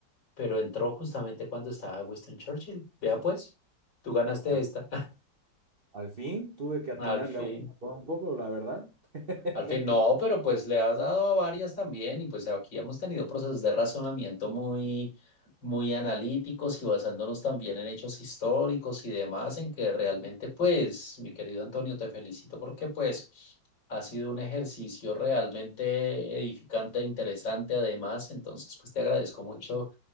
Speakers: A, on the left; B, on the right.
A: pero entró justamente cuando estaba Winston Churchill. Vea pues, tú ganaste
B: al,
A: esta.
B: al fin tuve que atinarle
A: <laughs> Al fin.
B: a uno por un poco, la verdad. <laughs>
A: Al fin, no, pero pues le has dado a varias también y pues aquí hemos tenido procesos de razonamiento muy, muy analíticos y basándonos también en hechos históricos y demás, en que realmente pues, mi querido Antonio, te felicito porque pues ha sido un ejercicio realmente edificante e interesante además, entonces pues te agradezco mucho